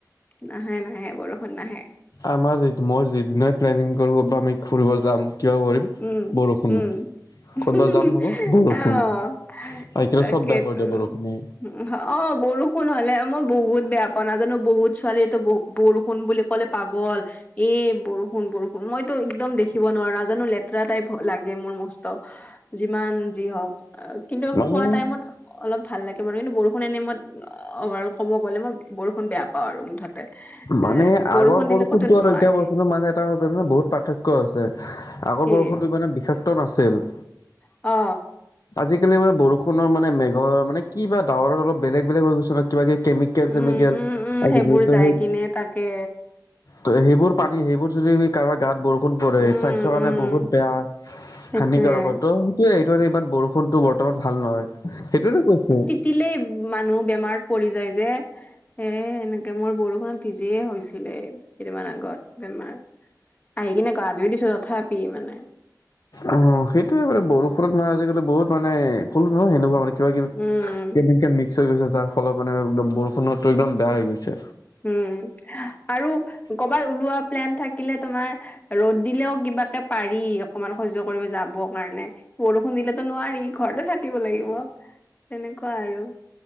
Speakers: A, on the left; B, on the left.
A: নাহে নাহে বৰষুণ নাহে।
B: আমাৰ যিটো মই যিদিনাই প্লেনিং কৰোঁ বা আমি ফুৰিব যাম কিবা কৰিম
A: উম
B: বৰষুণ
A: উম। উহুহুহু
B: ক'তবা যাম ভাবো বৰষুণ
A: অহ
B: আহিকিনে
A: তাকেতো।
B: চব বেয়া কৰি দিয়ে বৰষুণে
A: উ হ, অ বৰষুণ হ'লে মই বহুত বেয়া পাওঁ নাজানো বহুত ছোৱালীয়েতো ব বৰষুণ বুলি ক'লে পাগল, এ বৰষুণ বৰ ষূণ মইতো একদম দেখিব নোৱাৰা নাজানো লেতেৰা টাইপ লাগে মোৰ মস ত যিমান যি হওক আ কিন্তু
B: মানে
A: খোৱা টাইমত অলপ ভাল লাগে বাৰু কিন্তু বৰষুণ এনে মত অভাৰ ক'ব গ'লে মই বৰষুণ বেয়া পাও আৰু মুঠতে।
B: মানে
A: এ বৰষুণ
B: আগৰ
A: দিলে
B: বৰষুণটো
A: ক'তো
B: আৰু
A: নোৱাৰি
B: এতিয়া বৰষুণত মানে ত জানো বহুত পাৰ্থক্য আছে, আগৰ
A: কি
B: বৰষুণটো মানে বিষাক্ত নাছিল।
A: অ।
B: আজিকালি মানে বৰষূণৰ মানে মেঘৰ মানে কি বা ডাৱৰত অলপ বেলেগ বেলেগ হৈ গৈছে ন কিবা কিবি কেমিকেল-
A: উম
B: চেমিকেল
A: উম উম
B: আজিকালিটো
A: সেইবোৰ যাই
B: সেই
A: কিনে তাকে।
B: ত সেইবোৰ পানী সেইবোৰ যদি আমি কাৰোবাক গাত বৰষুণ পৰে,
A: উম
B: স্বাস্থ্য কাৰণে
A: উম
B: বহুত বেয়া
A: সেইটোৱে
B: হানিকাৰক হয়, ত' সেইটোয়ে এইটো কাৰনে ইমান বৰ ষূণটো বৰ্তমান ভাল নহয়, সেইটোৱেটো কৈছো।
A: তিলেই মানুহ বেমাৰত পৰি যায় যে। হে এনেকে মোৰ বৰষুণত ভিজিয়ে হৈছিলে। কেইদিনমান আগত বেমাৰ আহি কিনে গা ধুই দিছো তথাপি মানে।
B: অ সেইটোয়ে মানে বৰষুণত মানে আজিকালি বহুত মানে কলো নহয় সেনেকুৱা মানে কিবা কি
A: উম
B: কে মিক্স হৈ গৈছে তাৰ ফলত মানে একদম বৰষুণতটো একদম বেয়া হৈ গৈছে।
A: উম আৰু কৰ'বাত ওলোৱা প্লেন থাকিলে তোমাৰ ৰ'দ দিলেও কিবাকে পাৰি, অকমান সহ্য কৰিব যাব কাৰণে। বৰষুণ দিলেতো নোৱাৰি, ঘৰতে থাকিব লাগিব তেনেকুৱা আৰু।